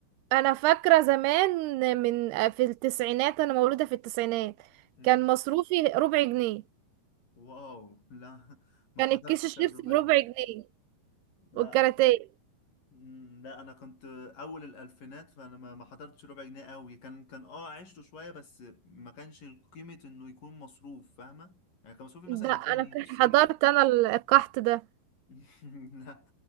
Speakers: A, on the right (about 80°); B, on the left (about 50°).
A: انا فاكره زمان من في التسعينات انا مولوده في التسعينات
B: امم
A: كان مصروفي ربع جنيه
B: واو لا <laughs> ما
A: كان
B: حضرتش
A: الكيس الشيبسي
B: على الربع
A: بربع
B: جنيه
A: جنيه
B: لا
A: والكاراتيه
B: مم، لا انا كنت اول الالفينات فانا ما ما حضرتش ربع جنيه قوي كان كان اه عشته شويه بس ما كانش قيمه انه يكون مصروف فاهمه يعني كان مصروفي مثلا
A: ده
B: جنيه
A: انا ك-
B: نص جنيه
A: حضرت انا ال- القحط ده
B: <laughs> لا